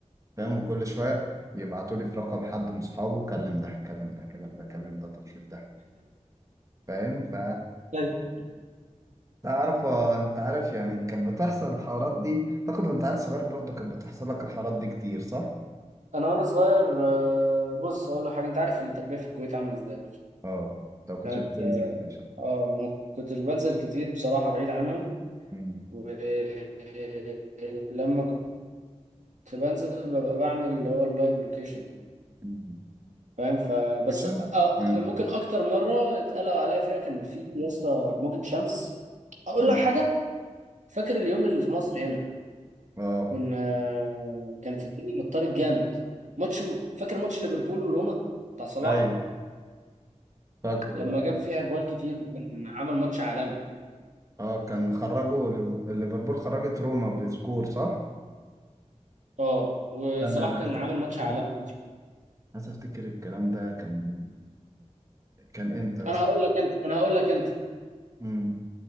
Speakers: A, on the right (about 25°); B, on the right (about 75°).
A: فاهم وكل شوية يبعتوا لي في رقم حد من صحابه كلم ده كلم ده كلم ده كلم ده طب شوف ده فاهم ف
B: <laughs>
A: تعرف انت عارف يعني كانت بتحصل الحوارات دي اعتقد وانت عيل صغير برضه كانت بتحصل لك الحوارات دي كتير صح؟
B: انا وانا صغير آه، بص اقول لك حاجه انت عارف التربيه في الكويت عامله ازاي
A: اه طب كنتش
B: كانت
A: بتنزل
B: اه
A: ستيشن
B: آه، ما كنتش بنزل كتير بصراحه بعيد عنهم
A: مم.
B: ولما كنت بنزل ببقى بعمل اللي هو اللايف لوكيشن ده
A: مم.
B: فاهم فبس
A: ستيشن
B: آه،
A: مم.
B: آه، ممكن اكتر مره اتقلق عليا فيها كان في يا اسطى موجه شمس اقول
A: مم.
B: لك حاجه فاكر اليوم اللي في مصر هنا
A: اه
B: كنا آه، كانت الدنيا مطرت جامد ماتش فاكر ماتش ليفربول وروما بتاع صلاح
A: ايوه فاكره
B: لما
A: ده
B: جاب
A: اه
B: فيها جوال كتير وكان عامل ماتش عالمي
A: آه، كان خرجوا ليف- ليفربول خرجت روما بسكور صح؟
B: اه وصلاح
A: كان انا عايز
B: كان عامل
A: افتكر
B: ماتش عالمي
A: عايز افتكر الكلام ده كان كان امتى بس
B: انا هقول لك انت انا هقول لك انت
A: امم